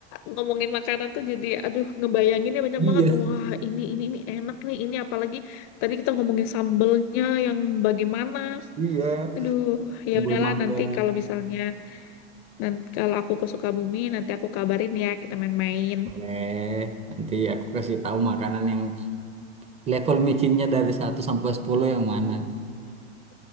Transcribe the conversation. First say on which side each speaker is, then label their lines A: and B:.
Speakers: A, on the left; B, on the right.
A: ngomongin makanan tuh jadi aduh ngebayanginnya banyak
B: Iya,
A: banget. Wah, ini ini ini enak nih. Ini apalagi tadi kita ngomongin sambelnya yang bagaimana.
B: iya.
A: Aduh, ya
B: Sambal
A: udahlah
B: mangga.
A: nanti kalau misalnya nanti kalau aku ke Sukabumi nanti aku kabarin ya kita main-main.
B: Boleh. Nanti aku kasih tahu makanan yang level micinnya dari satu sampai 10 yang mana.